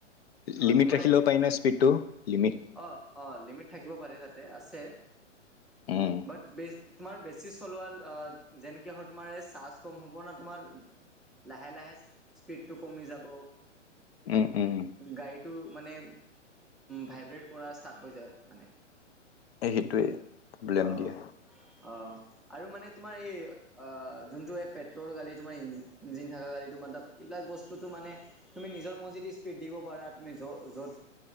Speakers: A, in the centre; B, on the left (about 55°).
A: অ
B: লিমিট
A: তোমাৰ
B: ৰাখি
A: উ
B: ল'ব পাৰি ন স্পীডটো লিমিট
A: অ অ লিমিট থাকিব পাৰে তাত তে আছে
B: উম
A: বাট বেজ তোমাৰ বেছি চলোৱা যেনেকে হয় তোমাৰ এই চাৰ্জ কম হ'ব ন তোমাৰ লাহে লাহে স্পীডটো কমি যাব
B: উম উম
A: গাড়ীটো মানে ভাইব্ৰেট কৰা ষ্টাৰ্ট হৈ যায় মানে
B: এই সেইটোৱে প্ৰব্লেম
A: অ
B: দিয়ে
A: অ আৰু মানে তোমাৰ এই যোনটো এই পেট্ৰলৰ গাালি তোমাৰ ই ইঞ্জিন থকা গা়ি তোমাৰ এইবিলাক বস্তু তো মানে তুমি নিজৰ মছজিদি স্পীড দিব পাৰা তুমি য য'ত